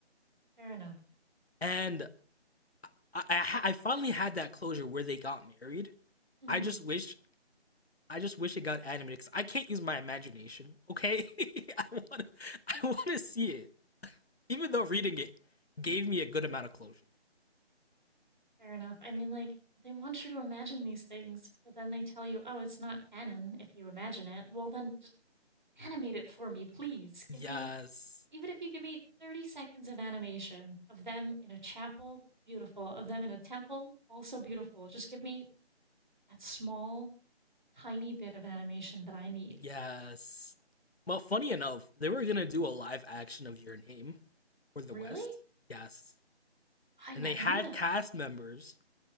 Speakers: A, on the right (about 45°); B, on the left (about 65°).
A: fair enough.
B: And I, I I finally had that closure where they got married.
A: hmm
B: I just wish I just wish it got animated because I can't use my imagination. Okay, <laughs> I want to, I want to see it. Even though reading it gave me a good amount of closure.
A: fair enough. I mean, like, they want you to imagine these things, but then they tell you, oh, it's not canon if you imagine it. Well, then just animate it for me, please. Give
B: Yes,
A: me, even if you give me 30 seconds of animation of them in a chapel, beautiful, of them in a temple, also beautiful. Just give me that small tiny bit of animation that I need.
B: yes. Well, funny enough, they were gonna do a live action of Your Name for the
A: Really?
B: West. Yes,
A: I
B: and
A: never
B: they had
A: knew that.
B: cast members,